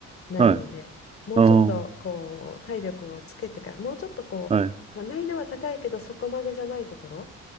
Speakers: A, on the left (about 45°); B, on the right (about 20°).
A: ないので、
B: はい、
A: もうちょっとこう、
B: ああ、
A: 体力をつけてから、もうちょっとこう、
B: はい、
A: まあ、難易度は高いけど、そこまでじゃないところ